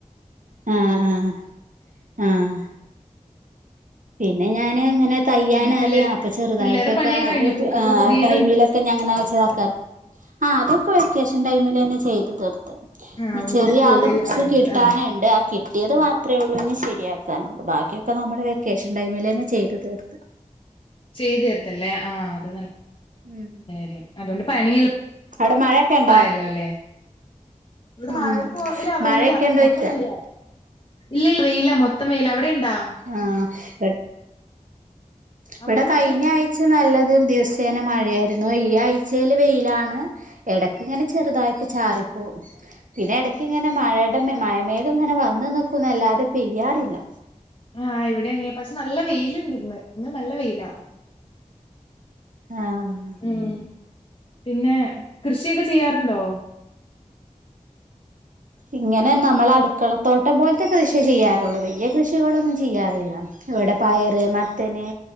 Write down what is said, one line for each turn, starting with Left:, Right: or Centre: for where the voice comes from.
Right: ആഹ് ആഹ് ആഹ് പിന്നെ ഞാന് ഇങ്ങനെ തയ്യാൻ
Left: ആഹ് പിള്ളേർക്ക്
Right: അറിയാ അപ്പചെറ്തായിട്ടൊക്കാ
Left: പിള്ളേരെ പണിയൊക്കെ കഴിഞ്ഞോ
Right: പ്
Left: ബുക്കൊക്കെ
Right: ആഹ്
Left: പൊതിയലും
Right: ടൈമിലൊ ക്കെ ഞാങ്ങനെ വെച്ചതാക്കാറ് ആഹ് അതൊക്കെ വെക്കേഷൻ ടൈമിലെന്നെ ചെയ്ത് തീർത്ത്
Left: ആഹ്
Right: ഇനി ചെറിയാടെ
Left: ബുക്ക് പൊതിയലും
Right: ബുക്സ്
Left: കാര്യങ്ങളൊക്കെ
Right: കിട്ടാനിണ്ട്
Left: ആഹ്
Right: കിട്ട്യേത് മാത്രേ ഒള്ളൂ ഇഞ്ഞ് ശെരിയാക്കാനൊള്ളൂ ബാക്ക്യൊക്കെ നമ്മള് വെക്കേഷൻ ടൈമിലെന്നെ ചെയ്ത് തീർത്ത്
Left: ചെയ്തീർത്തല്ലേ ആഹ് അത് ന
Right: ഉം
Left: രും അതുകൊണ്ട് പണി എളുപ്പായല്ലോ
Right: അവിടെ മഴൊക്കെ ഉണ്ടോ
Left: അല്ലേ ഇവിടെ
Right: ഉം
Left: മഴക്കും വെയിലാ
Right: മഴയൊക്കെ ഉണ്ടോയ്ക്ക
Left: മൊത്തം വെയിലാ ഇല്ല ല്ലാ വെയില മൊത്തം വെയില അവിടെ ഇണ്ടാ?
Right: ആഹ് ഇവിടെ
Left: അവിടെ മഴയാ
Right: കഴിഞ്ഞ ആഴ്ച നല്ലതും ദിവസേന മഴയായിരുന്നു ഈ ആഴ്ചേൽ വെയിലാണ് എടക്ക് ഇങ്ങനെ ചെറുതായിട്ട് ചാറിപ്പോകും പിന്നെ ഇടയ്ക്ക് ഇങ്ങനെ മഴയുടെ മഴമേഘം ഇങ്ങനെ വന്ന് നിക്കുന്നല്ലാതെ പെയ്യാറില്ല
Left: ആഹ് ഇവിടെ അങ്ങനെയാ പക്ഷെ നല്ല വെയിലുണ്ട് ഇന്ന് ഇന്ന് നല്ല വെയിലാ
Right: ആഹ്
Left: ഉം പിന്നെ കൃഷിയൊക്കെ ചെയ്യാറുണ്ടോ?
Right: ഇങ്ങനെ നമ്മള് അടുക്കളത്തോട്ടം പോലത്തെ കൃഷിയെ ചെയ്യാറുള്ളു വലിയ കൃഷികളൊന്നും ചെയ്യാറില്ല ഇവിടെ പയറ് മത്തന്